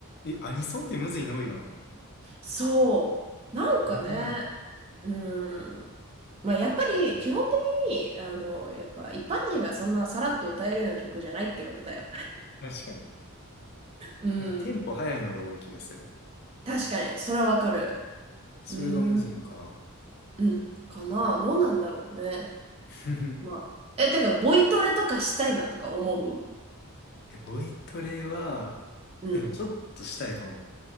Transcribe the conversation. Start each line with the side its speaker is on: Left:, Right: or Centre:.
Left: ん。え、アニソンってむずいの多いよな。
Right: <laughs> そう。なんかね、
Left: なんでなの
Right: うん。まあ、やっぱり、基本的に、あの、やっぱ、一般人がそんなさらっと歌えるような曲じゃないってことだよ。
Left: 確かに。
Right: うん。
Left: なんかテンポ早いのが多い気がする。
Right: 確かに、それはわかる。
Left: それがむずいんかな。
Right: うーん、うん、かな。どうなんだろうね。
Left: <laughs>
Right: まあ。え、てか、ボイトレとかしたいなとか思う
Left: え、ボイトレは、
Right: うん。
Left: え、でもちょっとしたいかも。